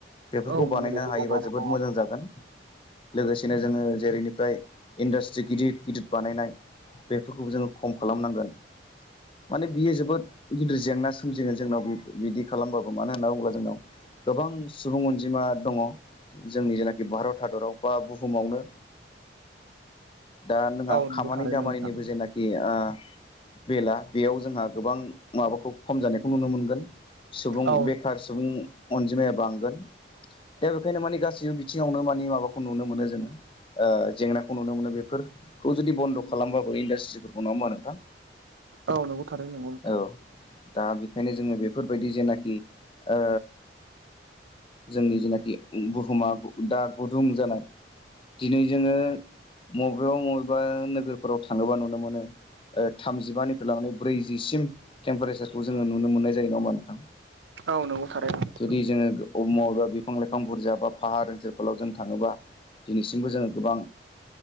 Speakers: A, on the right (about 80°); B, on the left (about 30°).
A: औ
B: बेफोरखौ बानायनो
A: नंगौ नोंथां
B: हायोबा
A: थारैनो
B: जो बोद मोजां जागोन। लोगोसेनो जोङो जेरै निफ्राय इन्डास्ट्रि गिदिर गिदिर बानायनाय बेफोरखौबो जोङो खम खालामनांगोन माने बियो जोबोद गिदिर जेंना सोमजिगोन जोंनाव बे बिदि खालामबाबो मानो होनना बुङोब्ला जोंनाव गोबां सुबुं अनजिमा दङ जोंनि जेनाखि भारत हादराव बा बुहुमावनो दा जोंहा
A: औ नंगौ
B: खामानि
A: थारैनो
B: दामानिनिबो
A: नोंथां
B: जेनाखि आ बेला बेयाव जोंहा गोबां माबाखौ खम जानायखौ नुनो मोनगोन सुबुं
A: औ
B: बेखार सुबुं अनजिमाया बांगोन दा बे ओंखायनो मानिे गासैबो बिथिङावनो माने माबाखौ नुनो मोनो जोङो ओ जेंनाखौ नुनो मोनो बेफोरखौ जुदि बन्द खालामबाबो इन्डासट्रिफोरखौ नङा होमबा नोंथां
A: औ नंगौ थारै नंगौ नोंथां
B: औ दा बेखायनो जोङो बेफोरबायदि जेनाखि ओ जोंनि जेनाखि बुहुमा दा गुदुं जानाय दिनै जोङो मबेयाव मबेबा नोगोरफोराव थाङोबा नुनो मोनो थामजिबानिफ्राय लांनानै ब्रैजिसि सिम टेमपारेसारखौ जोङो नुनो मोननाय जायो नङा होनबा नोंथां
A: औ नंगौ थारैनो नोंथां
B: जुदि जोङो माबेबा बिफां लाइफां फां बुरजा बा पाहार ओनसोलफोराव जों थाङोबा दिनैसिमबो जोङो गोबां